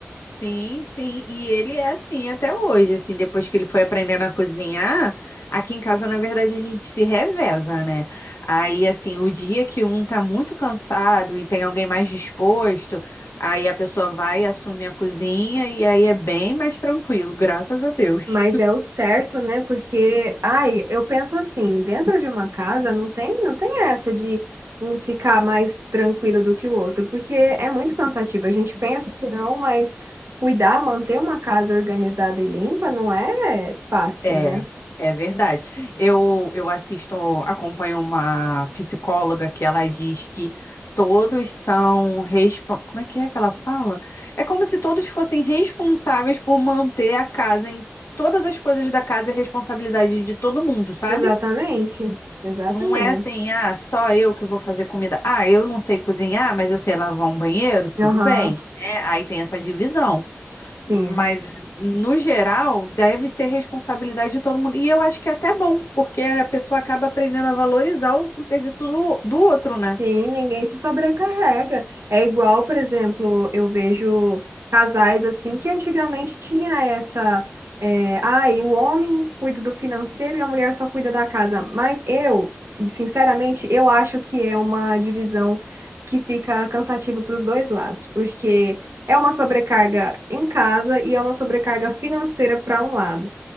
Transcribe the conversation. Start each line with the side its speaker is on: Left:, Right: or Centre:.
Left: Sim, sim, e ele é assim até hoje, assim, depois que ele foi aprendendo a cozinhar, aqui em casa, na verdade, a gente se reveza, né? Aí, assim, o dia que um tá muito cansado e tem alguém mais disposto, aí a pessoa vai, assume a cozinha e aí é bem mais tranquilo, graças a Deus.
Right: Mas é o certo, né? Porque, ai, eu penso assim, dentro de uma casa não tem, não tem essa de um ficar mais tranquilo do que o outro, porque é muito cansativo. A gente pensa que não, mas cuidar, manter uma casa organizada e limpa não é fácil,
Left: É,
Right: né?
Left: é verdade. Eu, eu assisto, acompanho uma psicóloga que ela diz que todos são respo... Como é que é que ela fala? É como se todos fossem responsáveis por manter a casa em todas as coisas da casa é responsabilidade de todo mundo, sabe?
Right: Exatamente, exatamente.
Left: Não é assim, ah, só eu que vou fazer comida. Ah, eu não sei cozinhar, mas eu sei lavar um banheiro, tudo
Right: Aham,
Left: bem. né? aí tem essa divisão.
Right: sim.
Left: Mas, no geral, deve ser responsabilidade de todo mundo. E eu acho que é até bom, porque a pessoa acaba aprendendo a valorizar o, o serviço do, do outro, né?
Right: Sim, ninguém se sobrecarrega. É igual, por exemplo, eu vejo casais assim que antigamente tinha essa. É, ai, o homem cuida do financeiro e a mulher só cuida da casa. Mas eu, sinceramente, eu acho que é uma divisão que fica cansativa para os dois lados, porque é uma sobrecarga em casa e é uma sobrecarga financeira para um lado.